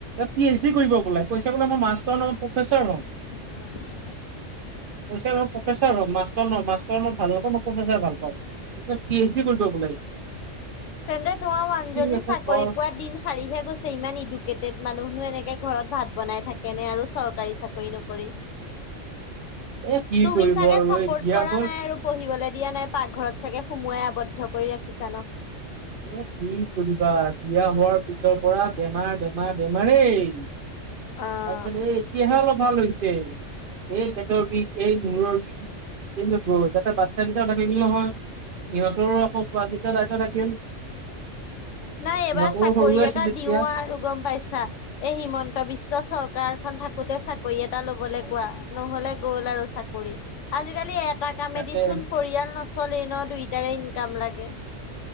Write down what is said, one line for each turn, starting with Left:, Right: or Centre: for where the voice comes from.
Right: পি এইচ ডি কৰিব বোলে কৈছে বোলে মই মাষ্টৰ নহও প্ৰফেচৰ হ'ম।
Left: <unintelligible>
Right: কৈচে মই প্ৰফেচাৰ হম, মাষ্টৰ নহও, মাষ্টৰ মই ভাল নাপাওঁ মই প্ৰফেচাৰ ভাল পাওঁ। এতিয়া পি এইচ ডি কৰিব বোলে সি।
Left: তেন্তে তোমাৰ মানুজনী
Right: আছে
Left: চাকৰি
Right: কৰ।
Left: পোৱা দিন শাৰীহে গৈছে ইমান ইদু কেটেট মানুহনো এনেকে ঘৰত ভাত বনাই থাকে নে, আৰু চৰকাৰী চাকৰি নকৰি।
Right: এ কি
Left: তুমি
Right: কৰিব
Left: চাগে
Right: আৰু
Left: চাপৰ্ট
Right: এই বিয়া
Left: কৰা
Right: হ'ল
Left: নাই আৰু পঢ়িবলৈ দিয়া নাই পাকঘৰত চাগে সুমোৱাই আৱদ্ধ কৰি ৰাখিছা ন'?
Right: এ কি কৰিবা বিয়া হোৱাৰ পিছৰ পৰা বেমাৰ বেমাৰ বেমাৰেই।
Left: অ'।
Right: তাৰপিছত এই এতিয়াহে অলপ ভাল হৈছে এই পেটৰ বিষ, এই মূৰৰ বিষ কিন্তু <unintelligible> তাতে বাচ্ছা কেইটাও থাকিলে নহয় ইহঁতৰো আকৌ চোৱা চিতা দায়িত্ব থাকিল।
Left: নাই এবাৰ
Right: সিহঁতো
Left: চাকৰি
Right: সৰুৱে আছিল
Left: এটা
Right: তেতিয়া
Left: দিও আৰু গম পাইছা। এ হিমন্ত বিশ্ব চৰকাৰখন থাকোতে চাকৰি এটা লবলৈ কোৱা, নহলে গল আৰু চাকৰি। আজিকালি এটা কামেদি
Right: তাকে
Left: চোন পৰিয়াল নচলেই নহ, দুইটাৰে ইনকাম লাগে।